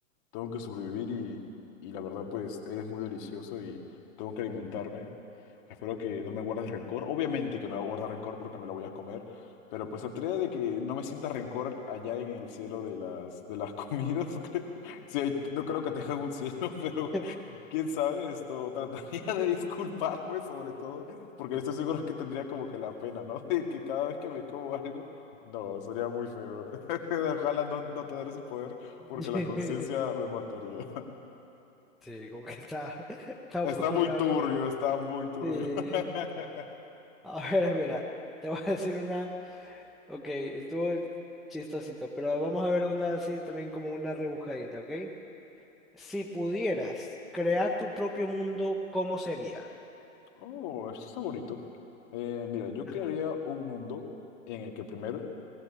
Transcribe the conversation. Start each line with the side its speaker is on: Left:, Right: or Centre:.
Left: Tengo que sobrevivir y, y la verdad, pues, eres muy delicioso y tengo que alimentarme. Espero que no me guardes rencor. Obviamente que me va a guardar rencor porque me lo voy a comer, pero pues trataré de que no me sienta rencor allá en el cielo de las, de las comidas, <laughs> creo. Sí, ahí- no creo que tengan un cielo, <laughs> pero
Centre: Ok.
Left: Quién sabe, esto <laughs> trataría de disculparme sobre todo, porque estoy seguro que tendría como que la pena, ¿no? <laughs> De que cada vez que me como algo, no, sería muy feo. <laughs> Ojalá no, no tener ese poder,
Centre: <laughs>
Left: porque la conciencia me mataría.
Centre: Sí, como que está, <laughs> está
Left: <laughs> Está
Centre: un poco
Left: muy
Centre: raro,
Left: turbio,
Centre: ¿no?
Left: está muy turbio.
Centre: Sí.
Left: <laughs>
Centre: A ver, mira, te voy a decir una, ok, estuvo chistosito, pero vamos a ver una así también como una rebujadita, ¿ok? Si pudieras crear tu propio mundo, ¿cómo sería?
Left: Oh, esto está bonito. Eh, mira, yo
Centre: Ajá,
Left: crearía
Centre: <laughs>
Left: un mundo en el que primero